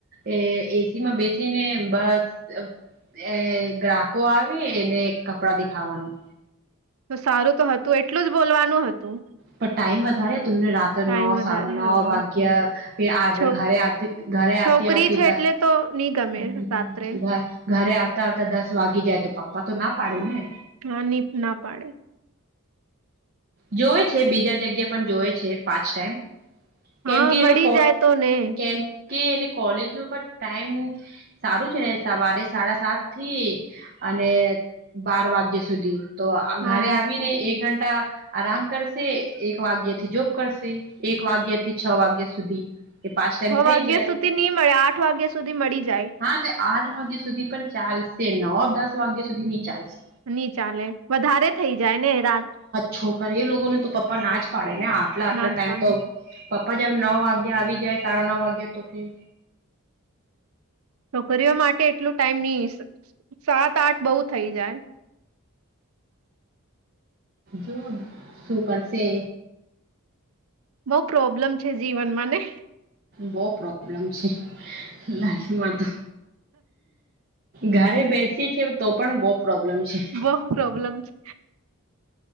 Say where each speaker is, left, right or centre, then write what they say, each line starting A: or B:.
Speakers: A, on the right; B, on the right.
A: એ એસી માં બેસીને બસ એ ગ્રાહકો આવે એને કપડા દેખાવાનું.
B: તો સારું તો હતું એટલું જ બોલવાનું હતું.
A: પણ ટાઈઇમ વધારે તમને રાત-
B: ટાઈમ
A: નવ
B: વધારે
A: સાડા નવ
B: હા
A: વાગ્યા
B: છો
A: ઘરેતી ઘરે આવતી
B: છોકરી
A: આવતી
B: છે
A: હમ
B: એટલે તો નહી ગમે રાત્રે
A: ઘરે આવતા આવતા દસ વાગી જાય તો પપ્પા તો ના પાડી ને.
B: ના ના પાડે.
A: જોવે છે બીજા જગ્યા પણ જોવે છે પાંચ ટાઈમ કેમ
B: હા
A: કે એનો
B: મળી જાય તો ને
A: કેમકે એને કોલેજ ન પણ ટાઈમ સારું છે સવારે સાડા સાત થી અને બાર વાગ્ય સુધી. તો ઘરે
B: હા
A: આવીને એક ઘંટા આરામ કરશે એક વાગ્ય થી જોબ કરશે એક વાગ્ય થી છ વાગ્યા સુધી. એ પાંચ ટાઈમ
B: છ વાગ્યા
A: થઈ જાય
B: સુધી નહી મળે આઠ વાગ્યા સુધી મળી જાય.
A: હા તો આઠ વાગ્યા સુધી પણ ચાલશે. નવ દસ વાગ્યા સુધી નહી ચાલશે.
B: નની ચાલે વધારે થઈ જાય ને રાત
A: છોકરી એ લોકોને તો પપ્પા ના જ પાડે ને આટલા આટલા
B: ના
A: ટાઈમ
B: જ પાડે
A: તો પપ્પા જબ નવ વાગે આવી જાય સાડા નવ વાગે તો ફી
B: છોકરીઓ માટે એટલું ટાઈમ નઈ સાત આઠ બઉ થઈ જાય.
A: જો શું કરશે
B: બહુ પ્રોબ્લેમ છે જીવનમાં ને.
A: બહ પ્રોબ્લેમ છે લાઈફમાં તો. ઘરે બેસીએ છી તો પણ બહુ પ્રોબ્લેમ છે.
B: બહુ પ્રોબ્લેમ છે